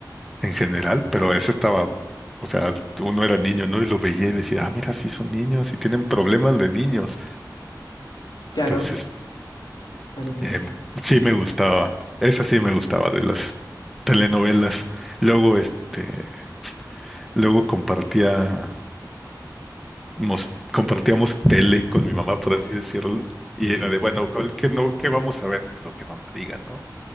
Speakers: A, in the centre; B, on the left.
A: en general, pero eso estaba, o sea, uno era niño, ¿no? Y lo veía y decía, ah, mira, sí son niños y tienen problemas de niños.
B: Claro,
A: Entonces,
B: claro, claro.
A: Eh, sí me gustaba, esa sí me gustaba de las telenovelas. Luego, este, luego compartía, mos- compartíamos tele con mi mamá, por así decirlo, y era de, bueno, ¿cuál- ¿qué, no, qué vamos a ver? Pues lo que mamá diga, ¿no?